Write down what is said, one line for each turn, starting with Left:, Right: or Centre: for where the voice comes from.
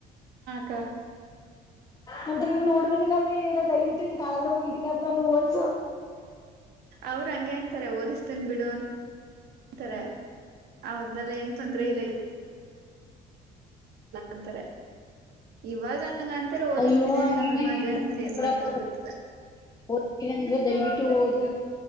Right: ಕುಕ್ಕ
Left: ಮತ್ತೆ ನೀನ್ ಹುಡುಗನಿಗೆ ಆದರೂ ಹೇಳು ದಯವಿಟ್ಟು ನೀನ್ ಕಾಲದ್ರೆ ಮುಗಿತಿನಿ ಅ ನಾನು ಹಓದ
Right: ಅವ್ರ ಹಂಗೆ ಅಂತಾರೆ ಓದಿಸ್ತೀನ್ ಬಿಡು ಅ ಅಂತಾರೆ ಅವ್ರ್ದಲ್ಲ ಏನು ತೊಂದ್ರ ಇಲ್ಲ ಅಂತ ಇವಾಗ ಹಂಗ ಅಂತಾರೆ ಓದಿಸ್ತೀನಿ
Left: ಅಯ್ಯೋ ಹಂಗೆಲ್ಲ
Right: ಅಂತ ಆಮೇಲೆ ಮದ್ವೆ
Left: ಏನು
Right: ಆದ್ಮೇಲೆ ಏನ್
Left: ನೋಡಪ್ಪ
Right: ಮಾಡ್ತಾರ ಗೊತ್ತಿಲ್ಲ
Left: ಓದ್ತೀನಿ ಅಂದ್ರೆ ದಯವಿಟ್ಟು ಓದು